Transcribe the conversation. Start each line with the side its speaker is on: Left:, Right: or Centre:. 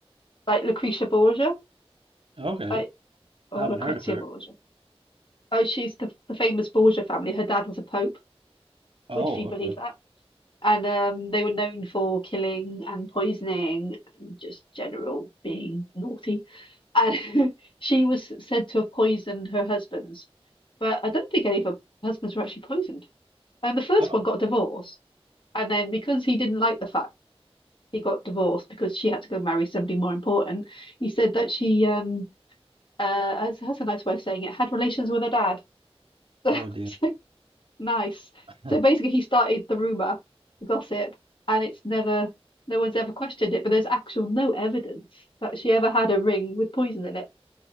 Left: like Lucretia Borgia,
Right: Okay.
Left: I or
Right: I haven't
Left: Lucrezia
Right: heard of her.
Left: Borgia. Oh, she's the, the famous Borgia family. Her dad was a pope.
Right: Oh,
Left: Would you believe
Right: okay.
Left: that? And um, they were known for killing and poisoning and just general being naughty. And <laughs> she was said to have poisoned her husbands, but I don't think any of her husbands were actually poisoned. And the first
Right: Oh.
Left: one got divorced. And then because he didn't like the fact he got divorced because she had to go marry somebody more important, he said that she um uh that's, that's a nice way of saying it, had relations with her dad. <laughs>
Right: Oh dear.
Left: So Nice.
Right: <laughs>
Left: So basically, he started the rumor, the gossip, and it's never, no one's ever questioned it, but there's actual no evidence that she ever had a ring with poison in it.